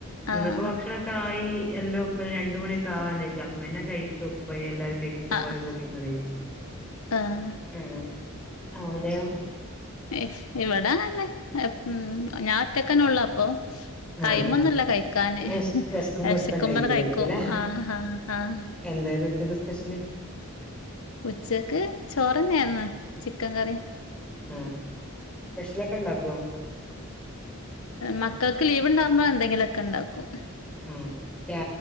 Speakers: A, in the centre; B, on the left (about 75°).
A: ഇന്ന്പ്പോ
B: ആഹ്
A: ഭക്ഷണോക്കായി എല്ലോ <unintelligible> രണ്ട്‌ മണിയൊക്ക ആവാക്ക അപ്പ പിന്നെ കയിച്ചു പോയി എല്ലാരും കയ്ക്കുമ്പോ
B: ആഹ്
A: അവര്ടെ കൂടെയിരുന്ന് കയ്ച്
B: ആഹ്
A: ഉം അവ്ടെയോ
B: <unintelligible> ഇവിടാങ്ങന്നെഉം ഞാഒറ്റക്കന്നൊള്ളൊ അപ്പൊ
A: ആഹ്
B: ടൈമൊന്നുല്ല
A: ആഹ്
B: കഴിക്കാന്
A: വെശ് വെശക്കുമ്പോ
B: വെശക്കുമ്പണ്ട്
A: എടുത്തങ്ങ് കഴിക്കലായിരിക്കുംല്ലേ?
B: കഴിക്കും ആഹ് ആഹ് ആഹ്
A: എന്തായിരുന്നു ഉച്ചക്ക് സ്പെഷ്യല്
B: ഉച്ചക്ക് ചോറന്നേർന്ന് ചിക്കൻ കറി
A: ആഹ് സ്പെഷ്യലൊക്കെ ഇണ്ടാക്കോ?
B: മക്കൾക്ക് ലീവ് ഇണ്ടാവുമ്പോ എന്തെങ്കിലൊക്കെ ഇണ്ടാക്കും
A: ഉം രാ